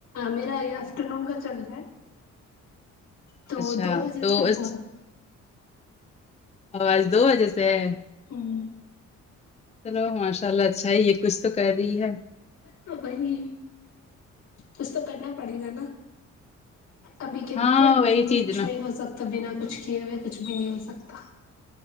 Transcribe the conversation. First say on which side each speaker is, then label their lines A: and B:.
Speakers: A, on the left (about 70°); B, on the left (about 20°).
A: میرا یہ آفٹر نون کا چل رہا ہے تو
B: اچھا
A: دو بجے
B: تو
A: سے
B: اس-
A: ہوگا
B: او آج دو وجے سے ہے
A: ہوں
B: چلو ماشاء اللہ اچھا ہے یہ کچھ تو کر رہی ہے
A: تو وہی کچ تو کرنا پڑے گا نا ابھی کے
B: ہاں
A: جنریشن
B: وہی
A: میں
B: چیز
A: کچھ
B: نا
A: نہیں ہو سکتا بنا کچھ کیے ہوئے کچھ بھی نہیں ہو سکتا